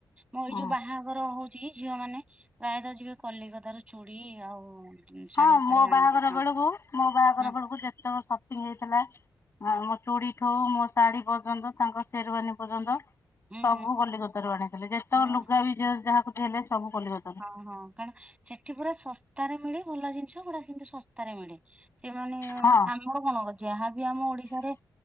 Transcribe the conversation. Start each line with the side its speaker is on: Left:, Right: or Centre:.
Right: ମୁଁ ଏଇ
Left: ହଁ
Right: ଯୋଉ ବାହାଘର ହଉଚ ଚି ଝିଅ ମାନେ ପ୍ରାୟତଃ ଯିବେ କଲିକତାରୁ ଚୁଡ଼ି ଆଉ ଶାଢୀ
Left: ହଁ ମୋ
Right: ଫାଢୀ
Left: ବାହାଘର
Right: ଆଣନ୍ତି ହଁ
Left: ବେଳକୁ ମୋ ବାହାଘର
Right: ହଁ
Left: ବେଳକୁ ଯେତେକ ସପିଙ୍ଗ୍ ହେଇଥିଲା
Right: ହଁ
Left: ଆ ମୋ ଚୁଡି ଠୁ ମୋ ଶାଢୀ ପର୍ଯ୍ୟନ୍ତ ତାଙ୍କ ସେରୱାନୀ ପର୍ଯ୍ୟନ୍ତ
Right: ହୁଁ
Left: ସବୁ
Right: ହୁଁ
Left: କଲିକତାରୁ ଆଣିଥିଲେ ଯେତେକ
Right: ହଁ
Left: ଲୁଗା ବି ଜେ ଯାହାକୁ ଦେଲେ ସବୁ କଲିକତାରୁ
Right: ଓ ହଁ କାରଣ ସେଠି ପୁରା ଶସ୍ତାରେ ମିଳେ ଭଲ ଜିନିଷ ପୁରା କିନ୍ତୁ ଶସ୍ତାରେ ମିଳେ। ସେମାନେ ଆମ
Left: ହଁ
Right: ଆମର କଣ ଯାହାବି ଆମ ଓଡିଶାରେ